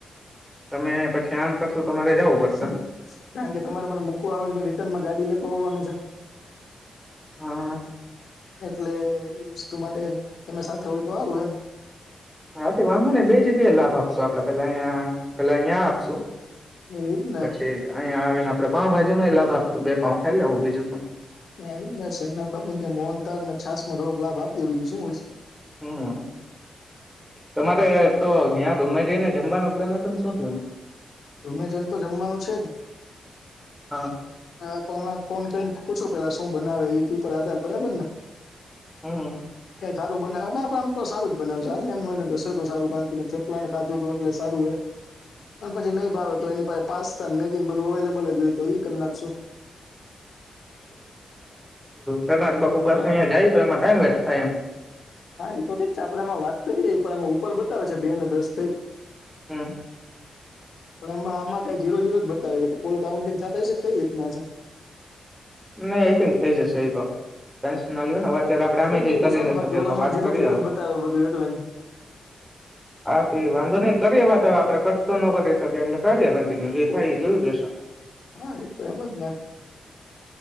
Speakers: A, in the centre; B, on the left.
A: તમે પછી આમ કરશો? તો મારે જવું પડશે
B: સ સ્ કારણ કે તમારે મને મૂકવા આવેને, પણ રિટર્ન માં ગાડી લેતો આવાનું છે <unintelligible>
A: હા
B: એટલે એ વસ્તુ માટે તમે સાથે હોય તો હારુ, એમ.
A: હા, તે વાંધો નઈ, બે જગ્યાએ લાભ આપશું આપડે, પેલ્લા અંયા, પેલ્લા અઈંયાં આપશું
B: <inaudible> ને
A: પછી અહીંયા આવીને આપડે પાઉં ભાજી માંય લાભ આપ, બે પાઉં ખાઈ લેવું, બીજું શું?
B: <unintelligible> સેમનાથ બાપુ ન ત્યાં મોહનથાળ ને છાંસ માં થોડો લાભ આપીએ, બીજું શું હોઈશ
A: હમ, તમારે તો ગ્યાં ધુમ્મા જઈને જમવાનો પ્લાન હત્ પણ શું થ્યું?
B: ધુમે જન તો જમવાનું છે જ.
A: હા
B: હા, પણ મેં ફોન કરીને પૂછું પેલ્લા શું હું બનાવે એ ઈ પીપર આધાર બરાબર ને?
A: હમ
B: કંઈ ખારું બનાવે, ના પામ તો સારું જ બનાવ, ચાલ ને મને સધસાધું કાનકે મેં ચપલા ને ખાધુંતું એટલે સારું અએ અન પછી નહી ભાવે તો એની પાહે પાસ્તા ન મેગી બધું અવેલ બલ જ ઓય તો ઈ કર નાખશું.
A: તનાજ બાપુ પાસ
B: હા
A: અઈંયા જાય, તો એમાં ટાઈમ વેસ્ટ થાય એમ.
B: હા, એ તો ઠીક છે, આપડે આમાં વાત કરીએ પણ આમાં ઉપર બતાવે છે બે ને દસ થઈ
A: હમ્મ
B: પણ આમાં આમાં કઈ જીરો જીરો જ બતાવે છે, કોલ કાઉન્ટિંગ થ થાય છે કઈ રીતના આ છે?
A: નહી આઈ થિંક થઈ જશે એ તો, ટેન્શન ના લ નેવે અત્યારે આપડે અમે
B: થઈ
A: કઈ
B: જાય
A: કરી
B: તો સારું
A: ના
B: બાકી
A: શકીએ
B: ઓલામાં
A: તો વાત
B: જીરો
A: કરીએ,
B: જીરો જ બતાવે બધું એટલે જ
A: હા, તે વાંધો નને કરીએ વા તો આપડે કરતો ન કરી શકીએ એટલે કરીએ કન્ટિન્યુ જે થાય જોયું જશે,
B: હા, એ તો એમ જ ને